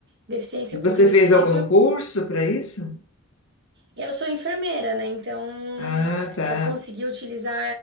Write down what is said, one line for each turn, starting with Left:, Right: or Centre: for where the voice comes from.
Right: deficiência
Left: Você
Right: cognitiva.
Left: fez algum curso para isso?
Right: Eu sou enfermeira, né? Então
Left: Ah, tá.
Right: eu consegui utilizar